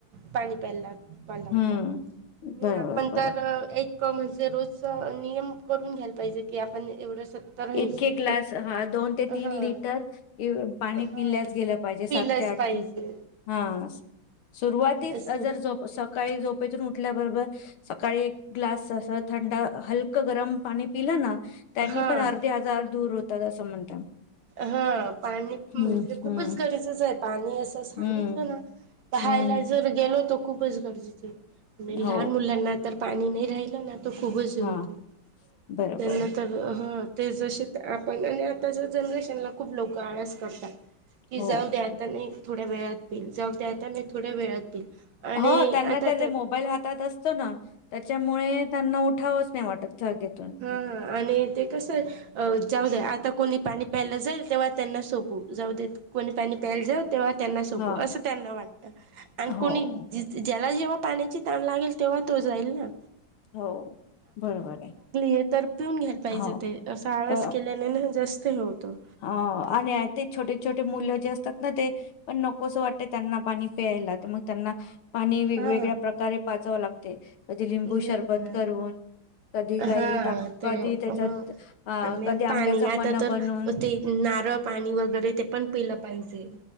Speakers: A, on the right; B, on the left.
A: पाणी प्यायला प्यायला लावतात.
B: हम्म बरोबर
A: आपण
B: बरोबर
A: तर एक म्हणजे रोज नियम करून घ्यायला पाहिजे की आपण एवढ्या सत्ता राहिशील
B: इतके ग्लास
A: त्यात
B: हा ते
A: हा
B: लिटर इ- पाणी
A: हा
B: पिल्याच गेलं पाहिजे
A: पिलस
B: ते
A: पाहिजे.
B: हा सुरुवातीच
A: असं
B: जर झो सकाळी झोप. पेतून उठल्याबरोबर सकाळी एक ग्लास अस थंडा हलकं गरम पाणी पिलं ना. त्यांनी
A: हां
B: पण अर्धे हजार दूर होतात असं म्हणतात.
A: हा पाणी म्हणजे
B: हम्म
A: खूपच
B: हम्म
A: गरेजेचं आहे पाणी असं सांगितलं
B: हम्म
A: ना. पहायला
B: हम्म
A: जर गेलो तर खूपच गरजेचं आणि लहान
B: हो
A: मुलांना तर. पाणी नाही राहिलं ना तो खूपच होतो
B: हा बरोबर
A: त्यांन तर हां. ते जसे आपण आणि आताच्या जनरेशनला खूप लोक आळस करतात. की
B: हो
A: जाऊ द्याता नाही थोड्या वेळात पईल जाऊ द्याता नाही थोड्या वेळात. पिईल. आणि
B: हो त्यांना
A: आता
B: तर ते मोबाईल हातात असतो ना त्याच्यामुळे त्यांना उठावंच नाही वाटतं जाघेऊन.
A: हा आणि ते कसं आहे. अ जाऊ द्या आता कोणी पाणी प्यायला जाईल तेव्हा त्यांना सोपू जाऊ द्या कोणी पाणी प्यायला जाऊ. तेव्हा त्यांना सोपू
B: हा
A: असं त्यांना वाटत आणि
B: हो
A: कोणी. मला जेव्हा पाण्याची ताण लागेल तेव्हा तो जाईल ना.
B: हो बरोबर आहे.
A: ते तर पिऊन घ्यायला पाहिजे
B: हो
A: ते असा आवाज
B: प
A: केल्याने ना जास्त हे होतो.
B: ह आणि ते छोटे छोटे मुलं जे असतात ना ते पण नकोसं वाटते त्यांना पाणी प्यायला तर मग. त्यांना पाणी वेगवेगळ्या
A: हा
B: प्रकारे पाजावे लागते. कधी लिंबू
A: ह
B: शरबत करून. कधी काही
A: हा ते
B: कधी
A: ह
B: त्याच्यात अ
A: आणि
B: कधी आंब्याचं
A: पाणी आता
B: पण
A: तर
B: बनवून.
A: ते नारळ पाणी वगैरे ते पण पिलं पाहिजे.